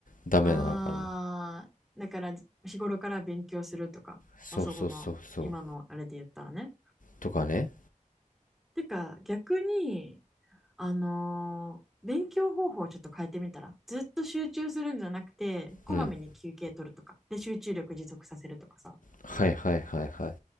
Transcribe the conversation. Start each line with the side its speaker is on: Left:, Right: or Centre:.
Left: ダメなのかな。
Centre: ああだからじ日頃から勉強するとか、
Left: そうそうそうそう。
Centre: まあ、そこの今のあれで言ったらね。
Left: とかね。
Centre: てか逆に、あのー勉強方法をちょっと変えてみたら、ずっと集中するんじゃなくて、こまめに休憩取るとか、
Left: うん。
Centre: で集中力持続させるとかさ、
Left: はいはいはいはい。